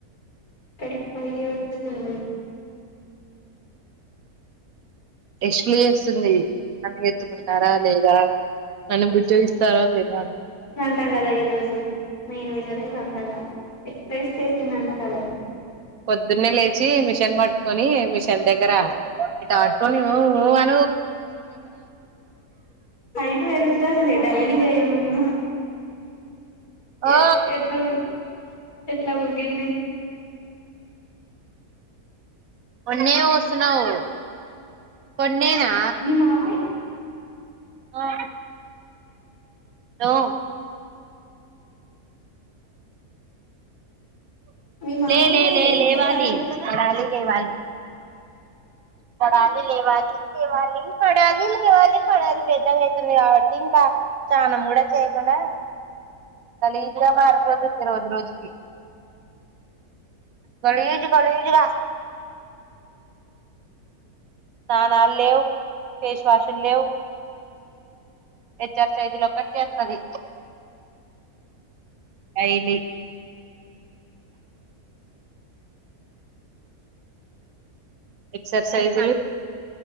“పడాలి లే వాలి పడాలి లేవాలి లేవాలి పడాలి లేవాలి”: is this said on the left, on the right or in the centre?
Right